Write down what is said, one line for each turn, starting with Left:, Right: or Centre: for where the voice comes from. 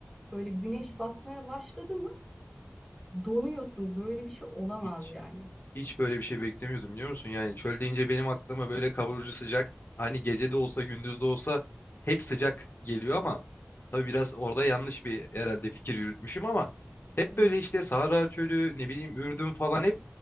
Centre: Böyle güneş batmaya başladı mı donuyorsun. Böyle bir şey olamaz
Left: hiç
Centre: yani.
Left: Hiç böyle bir şey beklemiyordum biliyor musun? Yani çöl deyince benim aklıma böyle kavurucu sıcak. Hani gece de olsa gündüz de olsa hep sıcak geliyor ama tabii biraz orada yanlış bir herhalde fikir yürütmüşüm ama hep
Centre: Evet,
Left: böyle işte Sahra Çölü ne bileyim Ürdün falan hep